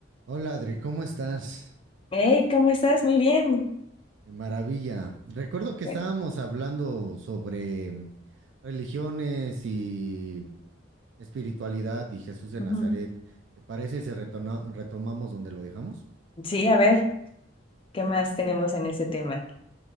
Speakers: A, on the right; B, on the left.
A: Hola Adri, ¿cómo estás?
B: Hey, ¿cómo estás? Muy bien.
A: De maravilla. Recuerdo que
B: Bueno,
A: estábamos hablando sobre mm, religiones y espiritualidad y Jesús de
B: Ujú.
A: Nazaret. ¿Te parece si retona- retomamos donde lo dejamos?
B: sí, a ver, ¿qué más tenemos en ese tema?